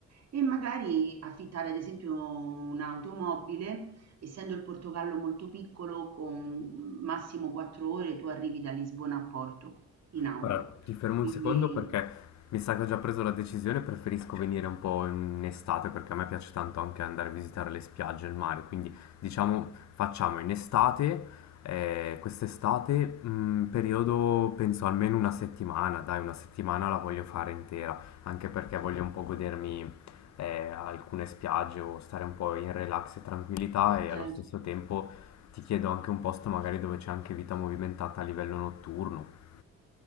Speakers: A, on the right; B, on the left.
A: e magari affittare ad esempio un'automobile essendo il Portogallo molto piccolo, con massimo 4 ore tu arrivi da Lisbona a Porto in auto.
B: Guarda, ti fermo
A: Quindi
B: un secondo perché mi sa che ho già preso la decisione, preferisco venire un po' in estate perché a me piace tanto anche andare a visitare le spiagge, e il mare, quindi diciamo facciamo in estate, eh, quest'estate, mh, periodo penso almeno una settimana, dai, una settimana la voglio fare intera, anche perché voglio un po' godermi eh, alcune spiagge o stare un po' in relax e tranquillità e
A: certo.
B: allo stesso tempo ti chiedo anche un posto magari dove c'è anche vita movimentata a livello notturno.